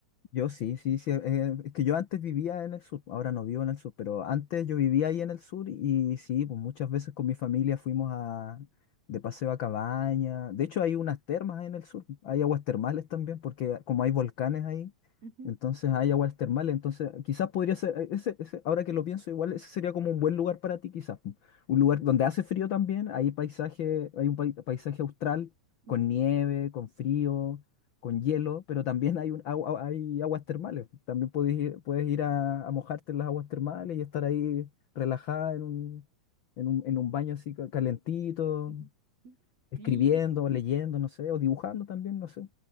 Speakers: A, on the left; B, on the right.
A: Yo sí, sí, sí. eh, es que yo antes vivía en el sur, ahora no vivo en el sur, pero antes yo vivía ahí en el sur y, sí, pues muchas veces con mi familia fuimos a, de paseo a cabaña. De hecho, hay unas termas ahí en el sur, hay aguas termales también, porque como hay volcanes ahí,
B: Ujú,
A: entonces hay aguas termales. Entonces, quizás podría ser, eh, ese, ese- ahora que lo pienso, igual ese sería como un buen lugar para ti, quizás. Un lugar donde hace frío también, hay paisaje, hay un pai- paisaje austral
B: ujú,
A: con nieve, con frío con hielo, pero también hay, un, agua- hay aguas termales. También puedes ir, puedes ir a, a mojarte en las aguas termales y estar ahí relajada en un, en un, en un baño así ca- calentito,
B: ujú.
A: escribiendo,
B: Sí,
A: leyendo, no sé, o dibujando también, no sé.